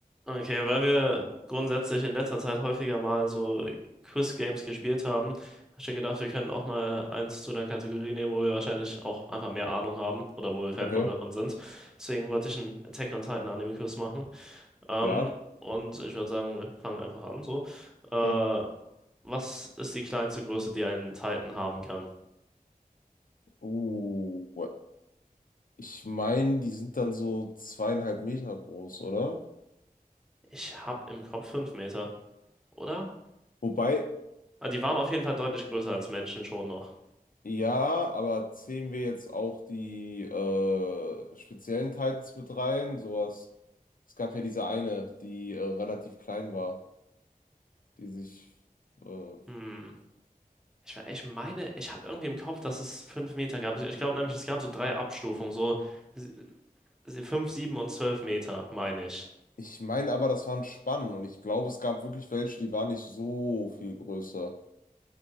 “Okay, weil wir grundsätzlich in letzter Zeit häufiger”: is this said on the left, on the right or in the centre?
Centre